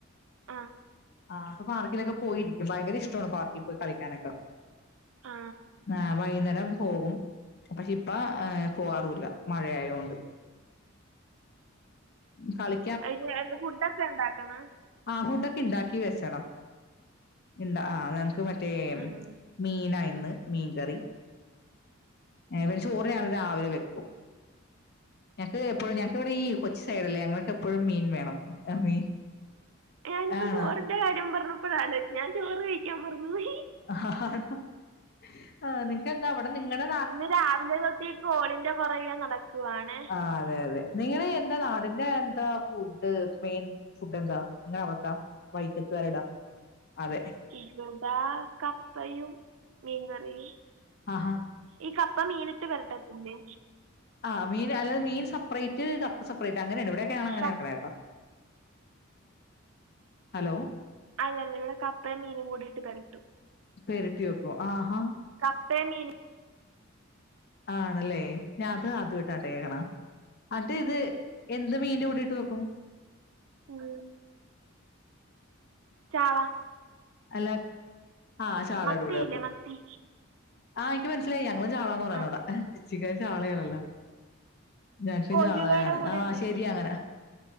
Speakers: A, on the right; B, on the left.
A: ആഹ്
B: ആഹ് അപ്പോ പാർക്കിലൊക്കെ പോയിരിക്കും ഭയങ്കര ഇഷ്ടമാണ് പാർക്കി പോയി കളിക്കാനൊക്കെ
A: ആ
B: ആഹ് വൈകുന്നേരം പോകും പഷേയിപ്പ ഏഹ് പോവാറൂല്ല മഴയായോണ്ട് കളി
A: അയിനെയെന്ത് ഫുഡൊക്കെ ഇണ്ടാക്കണ
B: ആഹ് ഫുഡൊക്കെ ഇണ്ടാക്കി വെച്ചടാ ഇണ്ടാ ആഹ് ഞങ്ങക്ക് മ റ്റേ
A: ഉം
B: മീനായിന്ന് മീൻകറി ഏഹ് പിന്നെ ചോറ് ഞാല് രാവിലെ വെക്കും ഞങ്ങക്ക് എപ്പോഴും ഞങ്ങക്ക് ഇവിടെ ഈ കൊച്ചി സൈഡല്ലേ ഞങ്ങൾക്ക് എപ്പോഴും മീൻ വേണം മീൻ
A: ഞാനിപ്പോ
B: ആണോ
A: ചോറിന്റെ കാര്യം പറഞ്ഞപ്പോഴാ ആലോജിച്ചെ ഞാൻ ചോറ് കഴിക്കാൻ മറന്നു പോയി
B: ആഹ് ആഹ് നിക്കന്താ അവിടെ നിങ്ങളടെ
A: ഇന്ന് രാവിലെ തൊട്ടി കോളിന്റെ പുറകെ നടക്കുവാണെ
B: ആഹ് അതെ അതെ നിങ്ങള് എന്താ നാടിന്റെ എന്താ ഫുഡ് മെയിൻ ഫുഡ് എന്താ നിങ്ങ അവടത്തെ വൈക്കത്തുകാരുടെ അതെ
A: ഇവിടാ കപ്പയും മീൻകറിയും
B: ആഹാ
A: ഈ കപ്പ മീനിട്ട് വരട്ടത്തിലെ
B: ആഹ് മീൻ അല്ലാതെ മീൻ സെപ്പറേറ്റ് കപ്പ സെപ്പറേറ്റ് അങ്ങനെയാണ് ഇവിടെക്കെ അങ്ങനെക്കെ
A: കപ്
B: കേട്ടോ ഹലോ
A: അല്ല അല്ല ഇവിടെ കപ്പയും മീനും കൂടി ഇട്ട് പെരട്ടും
B: പെരട്ടി വെക്കും ആഹാ
A: കപ്പെ മീനും
B: ആണല്ലേ ഞാൻ അത് ആദ്യമായിട്ടാട്ട കേക്കണ ആട്ട് ഇത്
A: പിന്നെന്താ
B: എന്ത് മീന്റെ കൂടിയിട്ട് വെക്കും
A: ഉം ചാള
B: അല്ലാ ആഹ് ചാളട
A: മത്തിയില്ലേ
B: കൂടെ വക്കും
A: മത്തി
B: ആഹ് എനിക്ക് മനസ്സിലായി ഞങ്ങള് ചാളാന്ന് പറയാണ്
A: ആ
B: അവിടെ കൊച്ചിക്കാര് ചാളയണല്ലോ ഞങ്ങക്ക
A: കൊഴുവയുടെ
B: ചാളയാണ്
A: കൂടെയും
B: ആഹ്
A: വെക്കും
B: ശരി അങ്ങനെ